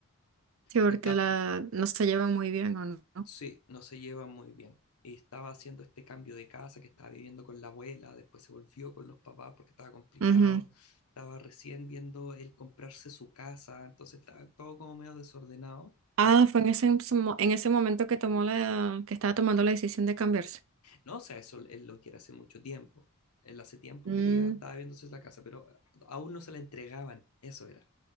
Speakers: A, on the right (about 60°); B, on the left (about 85°).
A: Sí, porque
B: que está,
A: la no se lleva muy bien o no.
B: Sí, no se llevan muy bien. Y estaba haciendo este cambio de casa, que estaba viviendo con la abuela, después se volvió con los papás porque estaba complicado.
A: Ujú.
B: Estaba recién viendo él comprarse su casa, entonces estaba todo como medio desordenado.
A: Ah, fue en ese, mo- en ese momento que tomó la, que estaba tomando la decisión de cambiarse.
B: No, o sea, eso él lo quiere hace mucho tiempo. Él hace tiempo
A: Mm,
B: quería, estaba viéndose la casa, pero aún no se la entregaban, eso era.